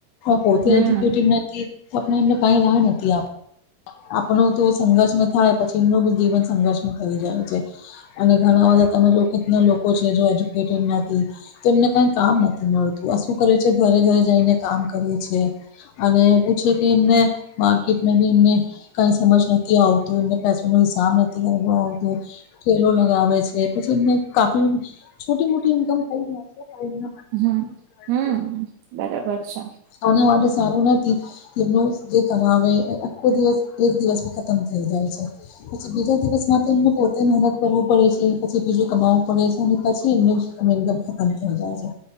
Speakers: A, on the left; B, on the right.
A: પોતે
B: હમ
A: એજુકેટ નથી. આપને એમને કઈ રાહ નથી આપ આપણું તો સંઘર્ષમાં થાય પછી એમનું બી જીવન સંઘર્ષમાં થઈ જાય છે. અને ઘણા બધા તમે જો કે કેટલા લોકો છે એજ્યુકેટેડ નથી તો એમને કઈ કામ નથ થી મળતું આ શું કરે છે ઘરે ઘરે જઈને કામ કરીએ છે. અને એવું છે કે એમને માર્કેટમાં બી એમને કઈ સમજ નથી આવતું એમને પાસે નો હિસાબ નથી કરવા આવતું. ઠેલો લગાવે છે પછી એમને કાફી છોટી મોટી ઈન્કમ થઈ જાય છે પણ એમના માટે ઘર
B: હા હમ્મ બરાબર છે.
A: આને માટે સારું નથી. એનું જે કમાવે એ આખો દિવસ એક દિવસમાં ખતમ થઈ જાય છે. પછી બીજા દિવસમાંથી એમને પોતે મહેનત કરવું પડે છે પછી બીજું કમાવું પડે છે અને પછી એમને હવે ઇન્કમ ખતમ થઈ જાય છે